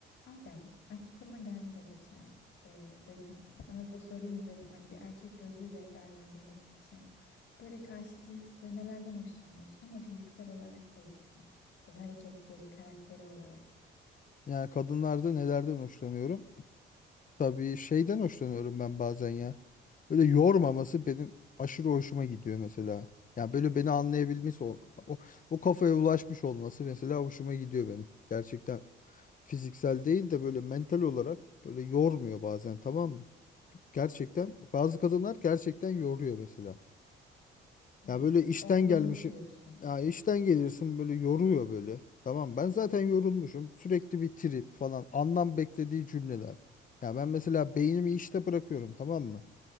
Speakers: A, on the left; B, on the left.
A: Adem, aklıma geldi de geçen e, dedim sana da sorayım dedim hani bir erkek gözüyle değerlendirmek için böyle karşı cinste nelerden hoşlanıyorsun ama fiziksel olarak değil hani böyle hareketleri, karakteri olarak.
B: Yani kadınlarda nelerden hoşlanıyorum? Tabii şeyden hoşlanıyorum ben bazen ya. Böyle yormaması benim aşırı hoşuma gidiyor mesela. Yani böyle beni anlayabilmesi, o, o, o kafaya ulaşmış olması mesela hoşuma gidiyor benim. Gerçekten fiziksel değil de böyle mental olarak böyle yormuyor bazen tamam mı? Gerçekten bazı kadınlar gerçekten yoruyor mesela.
A: Hmm,
B: Ya böyle işten
A: olgunluk
B: gelmişim.
A: diyorsun.
B: Ya işten gelirsin böyle yoruyor böyle. Tamam ben zaten yorulmuşum. Sürekli bir trip falan. Anlam beklediği cümleler. Ya ben mesela beynimi işte bırakıyorum tamam mı?